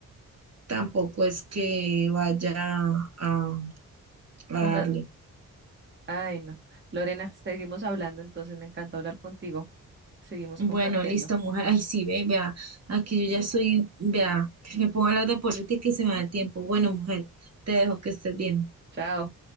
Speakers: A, on the right; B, on the right.
A: tampoco es que vaya a, a
B: Ponga,
A: darle.
B: Ay, no. Lorena, seguimos hablando, entonces me encanta hablar contigo. Seguimos
A: Bueno,
B: compartiendo.
A: listo, mujer. Ay, sí, ve, vea. Aquí yo ya estoy, vea. Me pongo a hablar de política y se me da el tiempo. Bueno, mujer, te dejo que estés bien.
B: Chao.